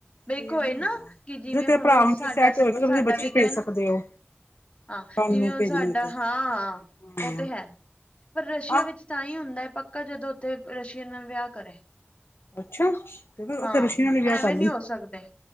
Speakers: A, on the left; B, on the left.
A: ਬਈ ਇਕ
B: ਫੇਰ
A: ਹੋਏ
B: ਨੀ
A: ਨਾ,
B: ਹੁੰਦਾ
A: ਜਿਵੇਂ
B: ਜੇ ਤੇਰਾ
A: ਹੁਣ
B: ਭਰਾ
A: ਸਾਡਾ
B: ਜੇ ਸੈਟ ਹੋਏਗਾ
A: ਸਾਡਾ
B: ਤੁਸੀਂ ਬੱਚੇ
A: ਵੀ ਗਿਆ
B: ਭੇਜ
A: ਨਾ
B: ਸਕਦੇ ਹੋ
A: ਹਾਂ
B: ਕੱਲ
A: ਜਿਵੇਂ
B: ਨੂੰ
A: ਹੁਣ
B: ਭੇਜਣਾ
A: ਸਾਡਾ,
B: ਤੇ
A: ਹਾਂ
B: ਹਾਂ
A: ਉਹ ਤੇ ਹੈ। ਪਰ ਰਸ਼ੀਆ
B: ਆਹ
A: ਵਿੱਚ ਤਾਂ ਹੀ ਹੁੰਦਾ ਹੈ ਪੱਕਾ ਜਦੋਂ ਉੱਥੇ ਰਸ਼ੀਅਨ ਨਾਲ ਵਿਆਹ ਕਰੇ।
B: ਅੱਛਾ, ਤੇ ਫੇਰ
A: ਹਾਂ
B: ਉੱਥੇ ਰਸ਼ੀਆ ਨਾਲ ਵੀ ਵਿਆਹ
A: ਐਵੇਂ
B: ਕਰ ਲਈ,
A: ਨਹੀਂ ਹੋ ਸਕਦੇ